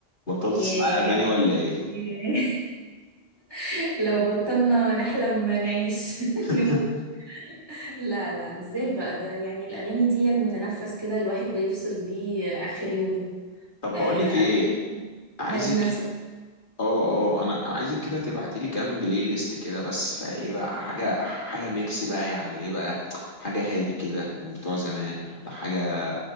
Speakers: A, on the left; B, on the right.
A: بطلت تسمعي
B: ياه
A: أغاني ولا ايه؟
B: ياه. <laughs> لو بطلنا نحلم نعيش <laughs>
A: <laughs>
B: نموت لا لا ازاي بقى ده يعني الاغاني دي هي المتنفس كده الواحد بيفصل بيه اخر يومه
A: طب
B: آه
A: بقول لك
B: قبل
A: ايه عايزك
B: هدي نفسك
A: اه اه انا عايزك كده تبعتي لي كام بلاي ليست كده بس فايه بقى حاجه حاجه ميكس بقى يعني ايه بقى حاجه هادي كده من بتوع زمان على حاجه